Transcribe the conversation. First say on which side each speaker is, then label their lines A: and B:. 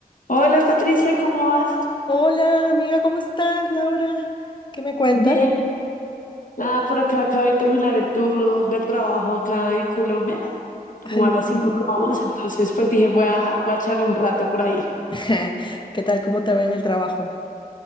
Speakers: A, on the left; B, on the left.
A: Hola Patricia, ¿cómo vas?
B: Hola, amiga, ¿cómo estás, Laura? ¿Qué me cuentas?
A: Bien, Nada, por acá acabé de terminar el turno del trabajo acá en Colombia,
B: Ay,
A: como a las
B: tú.
A: 5 acabamos, entonces pues dije voy a, voy a charlar un rato por ahí.
B: <laughs> ¿Qué tal? ¿Cómo te va en el trabajo?